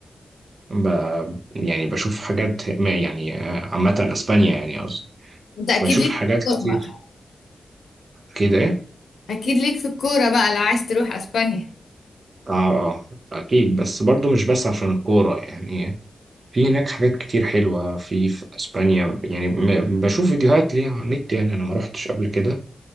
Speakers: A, on the right (about 40°); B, on the left (about 80°).
A: ب... يعني بشوف حاجات ما يعني آه، عامة أسبانيا يعني قصدي
B: انت اكيد
A: بشوف
B: ليك
A: حاجات
B: في
A: كتير
B: الكورة بقى
A: كده
B: اكيد ليك في الكورة بقى لو عايز تروح اسبانيا
A: آه آه أكيد بس برضو مش بس عشان الكورة يعني في هناك حاجات كتير حلوة في, في أسبانيا يعني م- بشوف فيديوهات ليها على النت يعني أنا ما روحتش قبل كده